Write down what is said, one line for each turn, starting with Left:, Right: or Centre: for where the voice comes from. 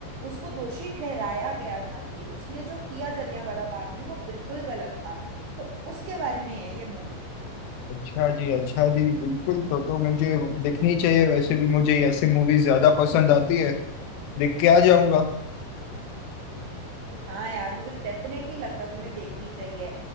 Right: उसको दोषी ठहराया गया था कि उसने जो किया जलियांवाला बाग में वो बिल्कुल गलत था तो उसके बारे में है ये मूवी
Left: अच्छा जी अच्छा जी बिल्कुल तो तो मुझे देखनी चाहिए वैसे भी मुझे ऐसे मूवी ज्यादा पसंद आती है देख के आ जाऊंगा
Right: हाँ यार मुझे डेफिनेटली लगता तुम्हें देखनी चाहिए